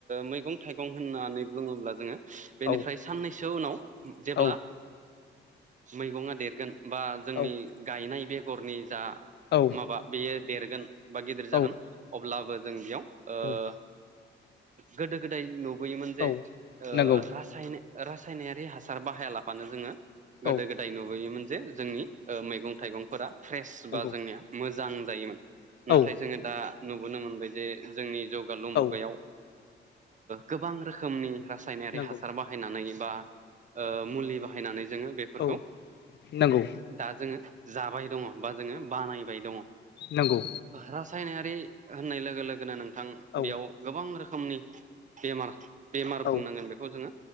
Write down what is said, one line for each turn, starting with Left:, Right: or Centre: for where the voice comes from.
Right: मैगं थाइगं होननानै बुङोब्ला जोङो बेनिफ्राय
Left: औ
Right: साननैसो उनाव जेब्ला
Left: औ
Right: मैगङा देरगोन बा जोंनि
Left: औ
Right: गायनाय बेगरनि जा
Left: औ
Right: माबा बेयो देरगोन बा गिदिर
Left: औ
Right: जागोन अब्लाबो जों बेयाव
Left: औ
Right: गोदो गोदाय नुबोयोमोन जे
Left: औ
Right: रासायनारि
Left: नंगौ
Right: हासार बाहाया लाबानो जोङो गोदो
Left: औ
Right: गो दाय नुबोयोमोन जे जोंनि मैगं थाइगंफोरा फ्रेस
Left: नंगौ
Right: बा जोंनिया मोजां जायोमोन
Left: औ
Right: नाथाय जोङो दा नुबोनो मोनबाय जे जोंनि जौगालु मुगायाव
Left: औ
Right: गोबां रोखोमनि रासायनारि
Left: नंगौ
Right: हासार बा बाहायनानै बा मुलि बाहायनानै जोङो बेफोरखौ
Left: औ नंगौ
Right: दा जोङो जाबाय दङ बा जोङो बानायबाय दङ
Left: नंगौ
Right: रासायनायारि होननाय लोगो लोगोनो नोंथां
Left: औ
Right: बेयाव गोबां रोखोमनि बेमार बेमार
Left: औ
Right: बुंनांगोन बेखौ जोङो